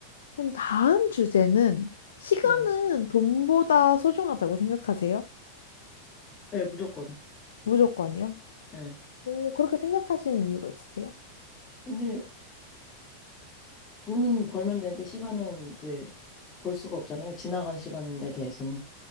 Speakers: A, on the left; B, on the left.
A: 그럼 다음 주제는 시간은
B: 예,
A: 돈보다 소중하다고 생각하세요?
B: 예, 무조건
A: 무조건이요?
B: 예.
A: 오, 그렇게 생각하시는 이유가 있으세요?
B: 이제 돈은 벌면 되는데 시간은 이제 벌 수가 없잖아요. 지나간 시간에 대해서는